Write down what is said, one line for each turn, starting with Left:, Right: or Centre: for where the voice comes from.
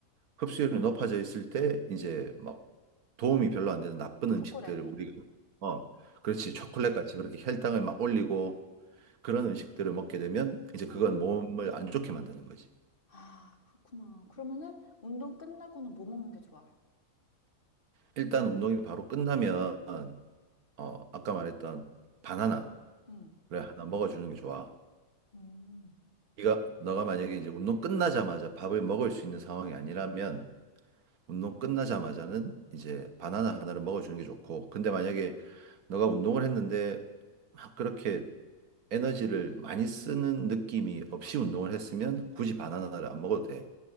Right: 흡수율이 높아져 있을 때 이제 막 도움이 별로 안 되는 나쁜 음식들을
Left: 초콜릿.
Right: 우리가, 어, 그렇지. 초콜릿 같이 그렇게 혈당을 막 올리고 그런 음식들을 먹게 되면 이제
Left: 어.
Right: 그건 몸을 안 좋게 만드는 거지.
Left: 아, 그렇구나. 그러면은 운동 끝나고는 뭐 먹는 게 좋아?
Right: 일단 운동이 바로 끝나면
Left: 어.
Right: 어 아까 말했던 바나나를
Left: 음.
Right: 하나 먹어주는 게 좋아.
Left: 음.
Right: 네가 너가 만약에 이제 운동 끝나자마자 밥을 먹을 수 있는 상황이 아니라면 운동 끝나자마자는 이제 바나나 하나를 먹어주는 게 좋고 근데 만약에 너가 운동을 했는데 막 그렇게 에너지를 많이 쓰는 느낌이 없이 운동을 했으면 굳이 바나나를 안 먹어도 돼.